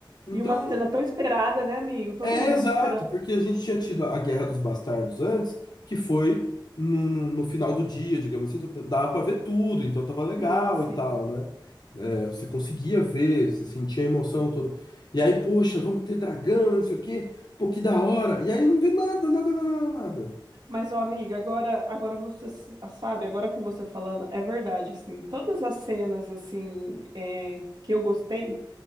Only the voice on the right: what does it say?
e uma cena tão esperada, né, amigo? Todo
mundo
esperando.
Meu,
sim, sim.
Mas, ó, amiga, agora, agora você s- ah, sabe, agora com você falando, é verdade, assim, todas as cenas, assim, é, que eu gostei